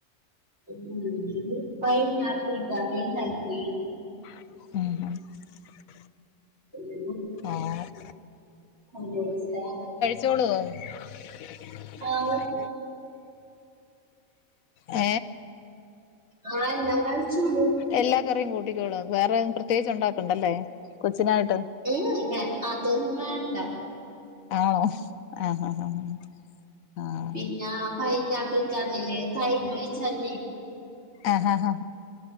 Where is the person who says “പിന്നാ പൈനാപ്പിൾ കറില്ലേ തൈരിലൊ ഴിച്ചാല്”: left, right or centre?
Right